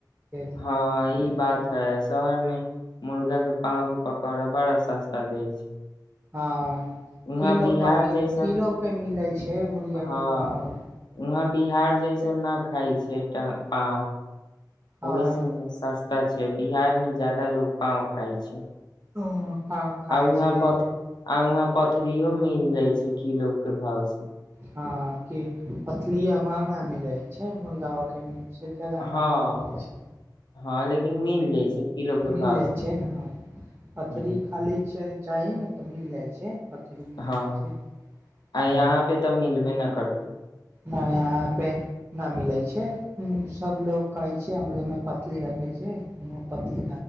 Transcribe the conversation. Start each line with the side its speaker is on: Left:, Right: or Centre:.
Right: मुर्गाके
Left: हँ ई बात है शहर में मुर्गा के पाँव के पकौड़ा बड़ा सस्ता त द छै
Right: हँ
Left: वहाँ
Right: किलो
Left: बिहार
Right: पर मिल
Left: जैसन
Right: किलो पे मिलै छै मुर्गाके
Left: हँ
Right: पाव
Left: वहाँ बिहार जैसन न खाइ छै टां आ
Right: हँ
Left: ओहि से सस्ता छै बिहार में जादा लोग पांव खाइ छै
Right: ओ हां खाय
Left: आ वहाँ
Right: छै
Left: पथ आ वहाँ पथरियो मिल जाय छै कीलो के भाव से
Right: हाँ के पतलिया महगा मिलय छै मुर्गां अखन नइ छै बड़ा
Left: हँ
Right: महंगा मिलै छै,
Left: हँ लेकिन मिल जाइ छै किलो के
Right: मिलै
Left: भाव से
Right: छै हँ पथरि
Left: ह
Right: खा लय छै चाही ने तऽ मिल जाइ छै पथरी मिलै
Left: हँ
Right: छै ह
Left: आ यहाँ पे मिलबे न करते
Right: नहि यहाँ पे न मिलै छै सबलोग कहै छै हमरमे पतली रखै छै पतली